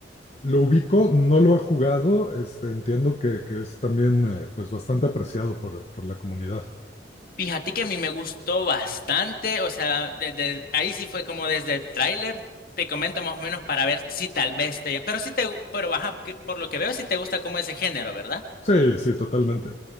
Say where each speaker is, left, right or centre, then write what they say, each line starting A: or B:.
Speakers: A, on the left; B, on the left.
A: Lo ubico, no lo ha jugado, este, entiendo que, que es también, eh, pues, bastante apreciado por, por la comunidad.
B: Fíjate que a mí me gustó bastante, o sea, desde ahí sí fue como desde el tráiler, te comento más o menos para ver si tal vez te, pero sí te, pero ajá, que por lo que veo sí te gusta como ese género, ¿verdad?
A: Sí, sí, totalmente.